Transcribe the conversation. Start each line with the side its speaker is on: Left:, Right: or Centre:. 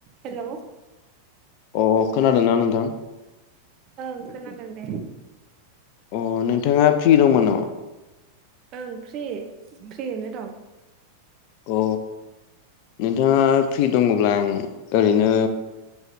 Right: hello
Left: अ खोनादोना नोंथां
Right: ओं खोनादों दे
Left: अ नोंथाङा फ्रि दंमोन नामा
Right: ओं फ्रि फ्रियिनो दं
Left: अ नोंथाङा फ्रि दङब्ला आं ओरैनो